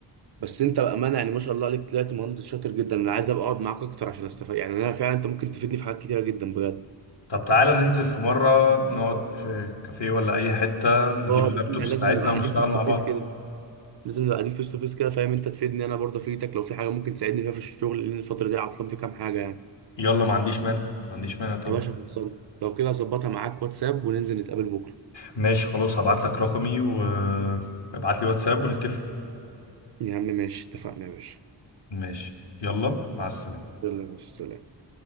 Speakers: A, on the right; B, on the left.
A: بس انت بامانه يعني ما شاء الله عليك طلعت مهندس شاطر جدا انا عايز ابقى اقعد معاك اكتر عشان استفاد يعني انا فعلا انت ممكن تفيدني في حاجات كتيره جدا بجد
B: طب تعالى ننزل في مرة نقعد في كافيه ولا أي حتة نجيب
A: اه
B: اللابتوبس
A: لان لازم
B: بتاعتنا
A: نبقى قاعدين
B: ونشتغل
A: فيس
B: مع
A: تو
B: بعض
A: فيس كده لازم نبقى قاعدين فيس تو فيس كده فاهم انت تفيدني انا برضه افيدك لو في حاجه ممكن تساعدني فيها في الشغل لان الفتره دي عطلان في كام حاجه يعني
B: يلا ما عنديش مانع ما عنديش مانع طبعا
A: يا باشا خلصان لو كده هظبطها معاك واتساب وننزل نتقابل بكره
B: ماشي خلاص هبعت لك رقمي وابعت لي واتساب ونتفق
A: يا عم ماشي اتفقنا يا باشا
B: ماشي يلا مع السلامة
A: يلا يا باشا سلام